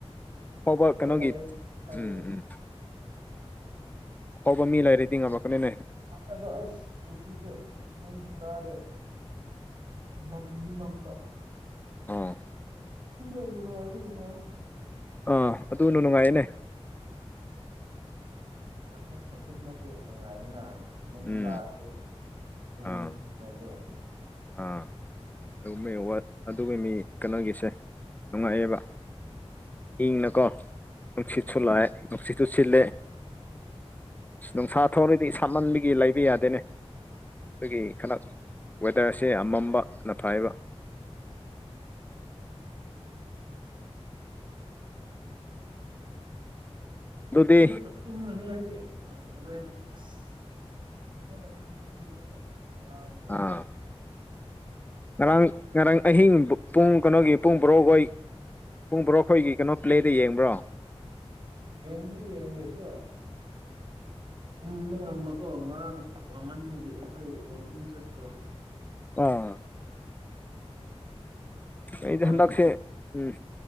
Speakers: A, on the left (about 15°); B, on the right (about 45°).
A: ꯑꯐꯥꯎꯕ
B: ꯍꯣꯏ
A: ꯀꯩꯅꯣꯒꯤ
B: ꯂꯩꯌꯦ ꯂꯩꯗ
A: ꯎꯝ ꯎꯝ ꯑꯐꯥꯎꯕ ꯃꯤ ꯂꯩꯔꯗꯤ ꯉꯝꯔꯛꯀꯅꯤꯅꯦ
B: ꯑꯗꯣ ꯑꯁ ꯉꯁꯤ ꯁꯦ ꯅꯣꯡꯁꯨ ꯇꯥꯔꯦ ꯃꯝꯂꯤ ꯃꯝꯕ
A: ꯑꯥ
B: ꯁꯤ <unintelligible>
A: ꯑꯥ ꯑꯗꯨꯅ ꯅꯨꯡꯉꯥꯏꯌꯦꯅꯦ
B: ꯆꯠꯊꯣꯛ ꯆꯠꯁꯤꯟꯗꯁꯨ ꯅꯨꯡꯉꯥꯏꯗꯅ‌ ꯅꯣꯡ
A: ꯎꯝ
B: ꯇꯥꯔꯗꯤ ꯏꯪꯕ
A: ꯑꯥ
B: <unintelligible> ꯗꯣ
A: ꯑꯥ <unintelligible> ꯃꯤ ꯀꯩꯅꯣꯒꯤꯁꯦ ꯅꯨꯡꯉꯥꯏꯌꯦꯕ ꯏꯪꯅꯀꯣ ꯅꯨꯡꯁꯤꯠꯁꯨ
B: ꯎꯝ
A: ꯂꯥꯛꯑꯦ ꯅꯨꯡꯁꯤꯠꯁꯨ ꯁꯤꯠꯂꯦ ꯅꯨꯡꯁꯥ ꯊꯣꯛꯔꯗꯤ ꯁꯥꯃꯟꯕꯒꯤ ꯂꯩꯕ ꯌꯥꯗꯦꯅꯦ ꯑꯩꯈꯣꯏꯒꯤ ꯈꯅꯛ ꯇꯔꯁꯦ ꯑꯃꯝꯕ ꯅ ꯐꯩꯕ
B: ꯑ
A: ꯑꯗꯨꯗꯤ
B: ꯑꯃꯨꯛꯀ ꯇꯨꯝꯃꯅꯤ ꯍꯥꯏꯗꯤ ꯍꯣꯔꯦꯟ ꯑꯁ ꯐꯖꯅ ꯇꯨꯝꯕꯤꯔꯦꯕ ꯉꯔꯥꯡꯗꯤ
A: ꯑꯥ ꯉꯔꯥꯡ ꯉꯔꯥꯡ ꯑꯍꯤꯡ ꯄꯨꯡ ꯀꯩꯅꯣꯒꯤ ꯄꯨꯡ ꯕꯥꯔꯣꯈꯣꯏ ꯄꯨꯡ ꯕꯣꯔꯣꯈꯣꯏꯒꯤ ꯀꯩꯅꯣ ꯄ꯭ꯂꯦꯗꯣ ꯌꯦꯡꯕ꯭ꯔꯣ
B: ꯌꯦꯡꯗꯤ ꯌꯦꯡꯗꯦ ꯑꯗꯨ ꯇꯨꯝꯕ ꯉꯝꯕꯀꯣ ꯉꯔꯥꯡ ꯋꯥꯃꯟꯕꯒꯤ ꯑꯩꯈꯣꯏ ꯋꯥꯛꯀꯤꯡ ꯆꯠꯄꯗꯣ
A: ꯑꯥ
B: <unintelligible>
A: ꯑꯩꯗꯤ ꯍꯟꯗꯛꯁꯦ ꯎꯝ